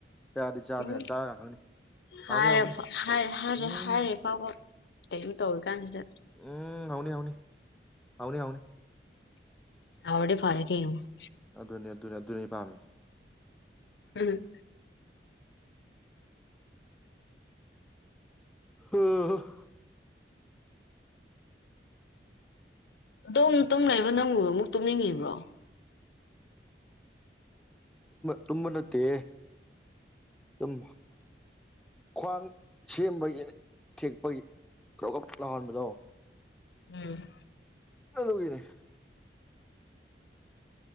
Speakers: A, in the centre; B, on the left.
A: ꯆꯥꯗꯤ ꯆꯥꯗꯅ
B: ꯎꯝ
A: ꯆꯥꯔꯀꯥꯟ ꯈꯪꯅꯤ ꯍꯥꯎꯅꯤ
B: ꯍꯔꯦ
A: ꯍꯥꯎꯅꯤ
B: ꯐꯔꯦꯔꯦ
A: ꯎꯝ
B: ꯍꯔꯦ ꯐ <inaudible> ꯑꯗꯨ ꯊꯧꯔꯤꯛꯥꯟ ꯁꯤꯗ
A: ꯎꯝ ꯍꯥꯎꯅꯤ ꯍꯥꯎꯅꯤ ꯍꯥꯎꯅꯤ ꯍꯥꯎꯅꯤ
B: ꯍꯥꯎꯔꯗꯤ ꯐꯔꯦ ꯀꯩꯅꫭ
A: ꯑꯗꯨꯅꯤ ꯑꯗꯨꯅꯤ ꯑꯗꯨꯅꯤ ꯑꯩꯅ ꯄꯥꯝꯃꯤꯁꯦ
B: ꯎꯝ
A: ꯍꯝ
B: ꯑꯗꯨꯝ ꯇꯨꯝꯂꯏꯕ ꯅꯪꯕꯨ ꯑꯃꯨꯛ ꯇꯨꯝꯅꯤꯡꯉꯤꯕ꯭ꯔꯣ
A: ꯇꯨꯝꯕ ꯅꯠꯇꯦ ꯁꯨꯝ ꯈ꯭ꯋꯥꯡ ꯁꯦꯝꯕꯒꯤ ꯊꯦꯛꯄꯒꯤ ꯀꯣꯒꯞ ꯂꯥꯎꯍꯟꯕꯗꯣ
B: ꯎꯝ
A: ꯂꯨꯒꯤꯅꯦ